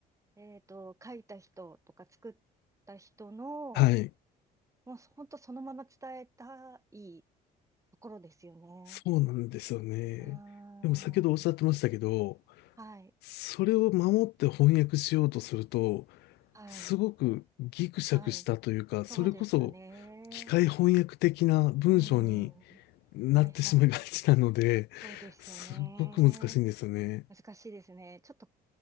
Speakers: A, on the right (about 20°); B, on the left (about 75°).
A: えっと、書いた人とか作った人の、
B: はい、
A: もう本当そのまま伝えたいところですよね。
B: そうなんですよね。
A: うーん。
B: でも先ほどおっしゃってましたけど、
A: はい。
B: それを守って翻訳しようとすると、
A: はい。
B: すごくギクシャクしたというか、
A: はい。
B: それこそ機械翻訳的な文章に
A: そうですよね。うーん。
B: なってしまいがちなので、
A: はい。はい。そうですよね。
B: すごく難しいんですよね。
A: 難しいですね。ちょっと、